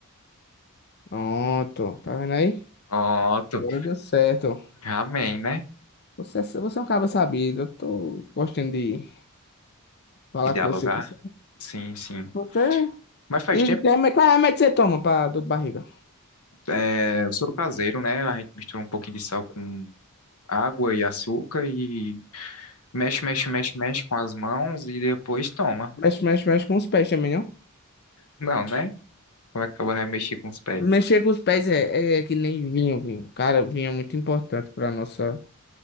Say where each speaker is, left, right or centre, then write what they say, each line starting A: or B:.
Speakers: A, on the left; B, on the left.
A: Pronto, tá vendo aí?
B: Pronto.
A: Agora deu certo.
B: Amém, né?
A: Você, é, você é um cara sabido, eu tô gostando de falar
B: E dialogar?
A: com você. Você...
B: Sim, sim.
A: você-
B: Mas faz
A: E
B: tempo,
A: tem reme- qual remédio você toma pra dor de barriga?
B: é, o soro caseiro, né? A gente mistura um pouquinho de sal com água e açúcar e mexe, mexe, mexe, mexe com as mãos e depois toma.
A: Mexe, mexe, mexe com os pés também, não?
B: Não, né? Vai acabar vai mexer com os pés.
A: Mexer com os pés é, é é que nem vinho, vinho. Cara, o vinho é muito importante pra nossa